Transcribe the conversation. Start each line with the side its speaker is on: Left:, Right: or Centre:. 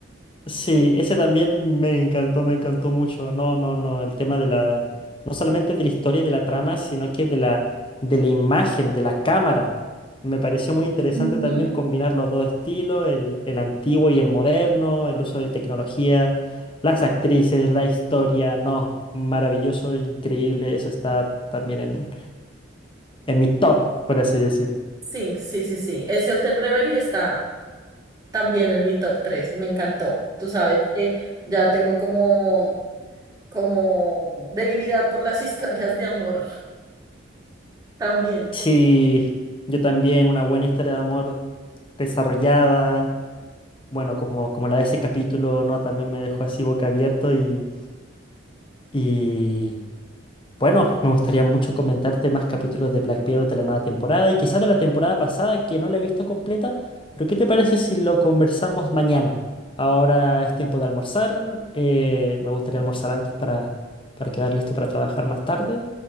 Left: Sí, ese también me encantó, me encantó mucho. No, no, no, el tema de la, no solamente de la historia y de la trama, sino que de la, de la imagen, de la cámara. Me pareció muy interesante
Right: <laughs> Ujú.
Left: también combinar los dos estilos, el, el antiguo y el moderno, el uso de tecnología, las actrices, la historia. No, maravilloso, increíble. Eso está también en, en mi top, por así decir.
Right: Sí, sí, sí, sí. Ese Hotel Reverie está también en mi top tres Me encantó. Tú sabes que ya tengo como, como debilidad por las <laughs> historias de amor también.
Left: Sí, yo también, una buena historia de amor desarrollada Bueno, como, como la de ese capítulo, ¿no? También me dejó así boca abierto y, y bueno, me gustaría mucho comentarte más capítulos de Black Mirror de la nueva temporada y quizás de la temporada pasada que no la he visto completa, pero ¿qué te parece si lo conversamos mañana? Ahora es tiempo de almorzar, eh, me gustaría almorzar antes para, para quedar listo para trabajar más tarde.